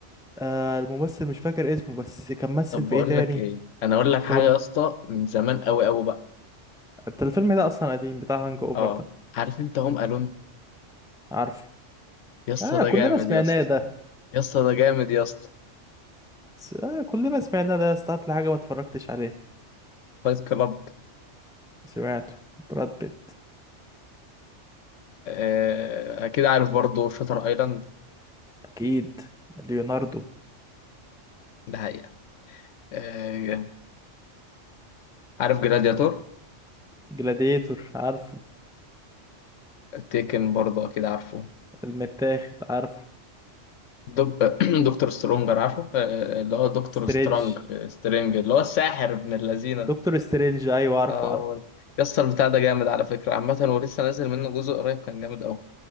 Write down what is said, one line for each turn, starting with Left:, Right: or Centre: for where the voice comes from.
Centre: آه الممثل مش فاكر اسمه بس كان مثل
Left: طب
Centre: في
Left: بقول
Centre: ايه تاني
Left: لك ايه انا اقول لك حاجه
Centre: قول
Left: يا اسطى من زمان قوي قوي بقى
Centre: انت الفيلم ده اصلا قديم بتاع هانج اوفر
Left: اه
Centre: ده
Left: عارف انت هوم الون
Centre: عارفه
Left: يا اسطى
Centre: اه
Left: ده
Centre: كلنا
Left: جامد
Centre: سمعناه
Left: يا اسطى
Centre: ده
Left: يا اسطى ده جامد يا اسطى
Centre: س- آه كلنا سمعناه ده يا اسطى هات لي حاجة ما اتفرجتش عليها
Left: فايت كلاب
Centre: سمعته براد بيت
Left: آه، اكيد عارف برضه شاتر ايلاند
Centre: اكيد ليوناردو
Left: ده آه، عارف جلادياتور
Centre: جلاديتور عارفه
Left: تيكن برضه اكيد عارفه
Centre: المتاخد عارفه
Left: دك... <clears throat> دكتور سترونجر عارفه آه، آه، اللي هو دكتور
Centre: سترينج
Left: سترونج آه، سترينج اللي هو الساحر ابن اللذينه ده
Centre: دكتور سترينج ايوه عارفه
Left: اه
Centre: عارفه
Left: هو ده. يسطا البتاع ده جامد على فكره عامه ولسه نازل منه جزء قريب كان جامد قوي